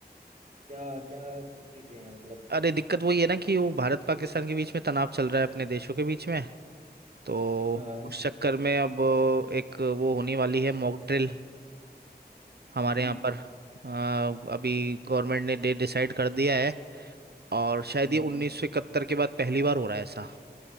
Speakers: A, on the right (about 50°); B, on the right (about 70°).
A: क्या क्या चीज़ें हैं मतलब
B: अरे दिक्कत वही है ना कि वो भारत पाकिस्तान के बीच में तनाव चल रहा है अपने देशों के बीच में तो
A: हाँ
B: उस चक्कर में अब एक वो होने वाली है मॉक ड्रिल हमारे
A: हम्म
B: यहाँ पर अ, अभी गवर्नमेंट ने डेट डिसाइड कर दिया है और शायद
A: हम्म
B: ये उन्नीस सौ इकहत्तर के बाद पहली बार हो रहा है ऐसा